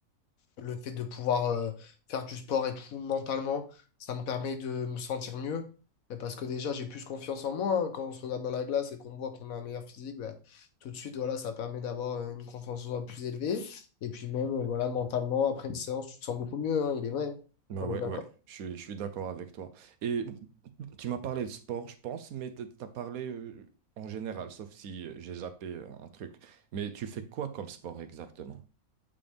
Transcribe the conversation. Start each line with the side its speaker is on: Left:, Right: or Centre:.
Left: Le fait de pouvoir euh, faire du sport et tout mentalement, ça me permet de me sentir mieux. Et parce que déjà, j'ai plus confiance en moi. hein. Quand on se regarde dans la glace et qu'on voit qu'on a un meilleur physique, bah, tout de suite, voilà, ça permet d'avoir euh, une confiance en soi plus élevée. Et puis même, euh, voilà, mentalement, après une séance, tu te sens beaucoup mieux, hein, il est vrai.
Right: Bah
Left: On
Right: ouais,
Left: est d'accord.
Right: ouais, je suis, je suis d'accord avec toi. Et tu m'as parlé de sport, je pense, mais t- t'as parlé euh, en général, sauf si euh, j'ai zappé euh, un truc. Mais tu fais quoi comme sport exactement?